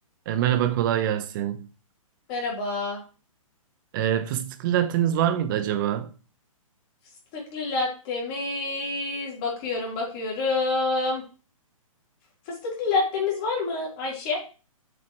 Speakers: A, on the right; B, on the left.
A: E, merhaba, kolay gelsin.
B: Merhaba.
A: E, fıstıklı latteniz var mıydı acaba?
B: Fıstıklı lattemiz. Bakıyorum, bakıyorum. Fıstıklı lattemiz var mı Ayşe?